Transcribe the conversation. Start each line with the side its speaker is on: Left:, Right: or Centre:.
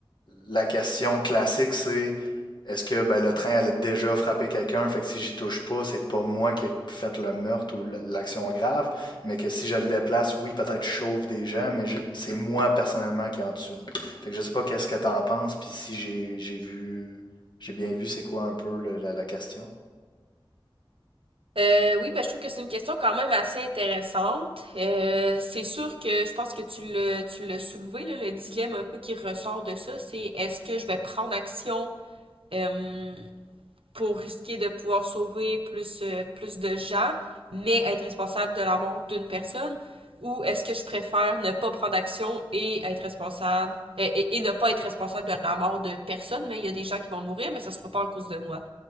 Left: la question classique, c'est est-ce que ben, le train allait déjà frapper quelqu'un? Fait que si j'y touche pas, c'est pas moi qui ai fait le meurtre ou l- l'action grave, mais que si je le déplace, oui, peut-être je chauffe des gens, mais je- c'est moi personnellement qui en tue. un. Fait que je sais pas qu'est-ce que t'en penses, puis si j'ai j'ai vu, j'ai bien vu c'est quoi un peu le- la, la question.
Right: Euh, oui, ben, je trouve que c'est une question quand même assez intéressante. Euh, c'est sûr que je pense que tu l'as, tu l'as soulevé, là, le dilemme un peu qui ressort de ça, c'est est-ce que je vais prendre action euh, pour risquer de pouvoir sauver plus, euh, plus de gens, mais être responsable de la mort d'une personne, ou est-ce que je préfère ne pas prendre action et être responsable et, et- et ne pas être responsable de la mort de personne, mais il y a des gens qui vont mourir, mais ça sera pas à cause de moi.